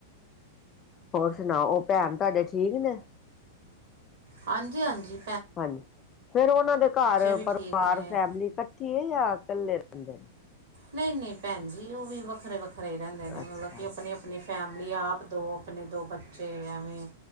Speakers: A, on the left; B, on the right.
A: ਹੋਰ ਸੁਣਾਓ ਉਹ ਭੈਣ ਤੁਹਾਡੀ ਠੀਕ ਨੇ?
B: ਹਾਂਜੀ-ਹਾਂਜੀ।
A: ਹਾਂਜੀ ਫਿਰ ਉਹਨਾਂ ਦੇ ਘਰ
B: ਵੀ
A: ਪਰਿਵਾਰ
B: ਠੀਕ ਨੇ
A: ਫੈਮਿਲੀ ਇਕੱਠੀ ਏ? ਯਹ ਕੱਲੇ ਰਹਿੰਦੇ ਨੇ? <inaudible>
B: ਨਹੀਂ-ਨਹੀਂ। ਭੈਣ ਜੀ ਉਹ ਵੀ ਵੱਖਰੇ-ਵੱਖਰੇ। ਵੱਖਰੇ ਹੀ ਰਹਿੰਦੇ ਨੇ
A: ਅੱਛਾ
B: ਮਤਲਬ ਕਿ ਆਪਣੀ-ਆਪਣੀ ਫੈਮਲੀ ਆਪ ਦੋ ਆਪਣੇ ਦੋ ਬੱਚੇ ਐਵੇਂ